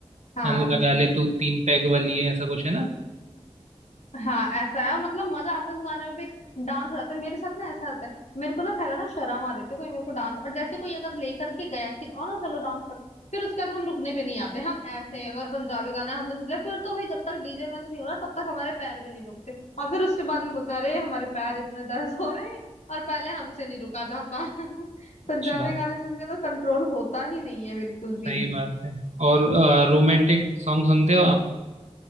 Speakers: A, on the left; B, on the right.
A: हाँ
B: नल लगा ले तू तीन पैग वाली है ऐसा कुछ है ना
A: हाँ ऐसा है और मतलब मजा आता है उस गाने में भी डांस आता है मेरे साथ ना ऐसा आता है मेरे को ना पहले ना शर्म आ रही थी कोई मेरे को डांस और जैसे कोई अगर लेकर के गया कि और ना चलो डांस कर फिर उसके बाद हम रुकने पे नहीं आते हम ऐसे हैं। अगर पंजाबी गाना हमने सुन लिया फिर तो भाई जब तक डीजे बंद नहीं हो रहा तब तक हमारे पैर भी नहीं रुकते और फिर उसके बाद में बोलते हैं, अरे हमारे पैर इतने दर्द हो रहे हैं और पहले हमसे नहीं रुका जाता <laughs>
B: अच्छा
A: पंजाबी गाने सुन के तो कंट्रोल होता ही नहीं है बिल्कुल
B: सही
A: भी
B: बात है और रोमांटिक सॉन्ग सुनते हो आप